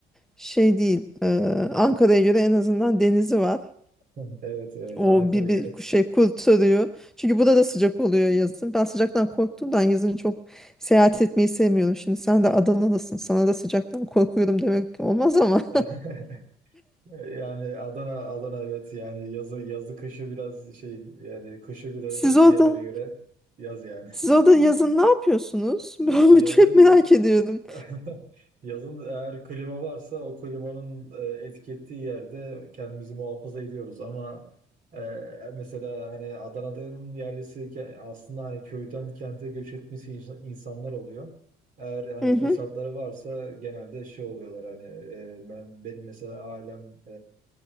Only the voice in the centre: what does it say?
şey değil, e, Ankara'ya göre en azından denizi var.
O
bir, bir
şey kurtarıyor. Çünkü burada da sıcak oluyor yazın. Ben sıcaktan korktuğumdan yazın çok seyahat etmeyi sevmiyorum. Şimdi sen de Adana'dasın. Sana da sıcaktan korkuyorum demek olmaz ama.
<laughs> Siz orada,
siz orada yazın ne yapıyorsunuz?
<laughs> Ben
Çok merak ediyorum.
Hı hı.